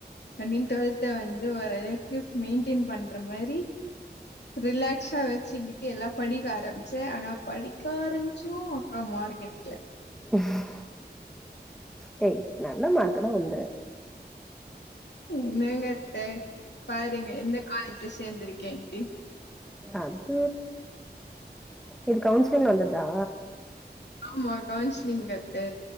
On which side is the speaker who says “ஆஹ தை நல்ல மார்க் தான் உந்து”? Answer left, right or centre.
Centre